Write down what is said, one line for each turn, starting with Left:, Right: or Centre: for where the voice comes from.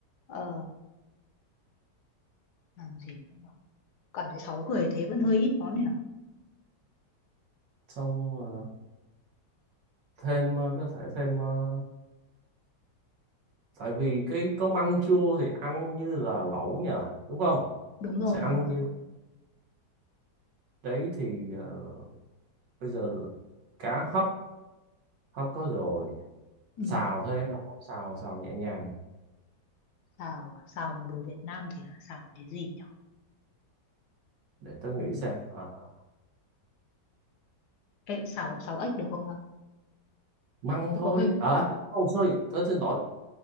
Left: ờ làm gì nữa nhở? cảm thấy sáu người thế vẫn hơi ít món này à?
Right: xong ờ, thêm ờ, có thể thêm ờ, tại vì cái cơm ăn chua thì ăn như là lẩu nhỉ đúng không
Left: đúng rồi
Right: sẽ
Left: đúng
Right: ăn
Left: rồi
Right: như đấy thì ờ, bây giờ là cá hấp hấp có rồi
Left: ừ.
Right: xào thôi lẩu xào xào nhẹ nhàng
Left: xào à? xào mà đồ Việt Nam thì là xào cái gì nhỉ
Right: để tôi nghĩ
Left: ừ.
Right: xem Ờ, ờ.
Left: Ê, xào xào ếch được không hả?
Right: măng thôi
Left: Cuộc hơi
Right: à oh sorry tớ xin lỗi